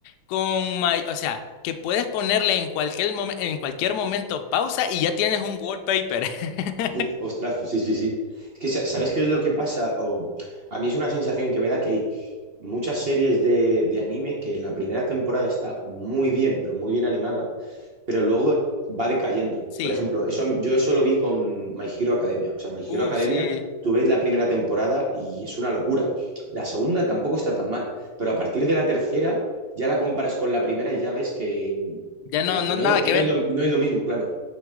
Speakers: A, on the left (about 75°); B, on the right (about 50°).
A: con may- o sea, que puedes ponerle en cualquier momen- en cualquier momento pausa y ya tienes un wallpaper. <laughs>
B: <laughs> Ostras, sí, sí, sí. Es que, sa- ¿sabes qué es lo que pasa? O, a mí es una sensación que me da que hay muchas series de, de anime que la primera temporada está muy bien, pero muy bien animada, pero luego va decayendo.
A: Sí,
B: Por ejemplo, eso, a mí- yo eso lo vi con My Hero Academia. O sea, My
A: uh,
B: Hero Academia,
A: sí,
B: tú ves la primera temporada y es una locura. La segunda tampoco está tan mal, pero a partir de la tercera ya la comparas con la primera y ya ves que,
A: ya
B: que,
A: no,
B: que
A: no
B: no,
A: nada
B: es- que
A: que
B: no
A: ver.
B: es lo, no es lo mismo, claro.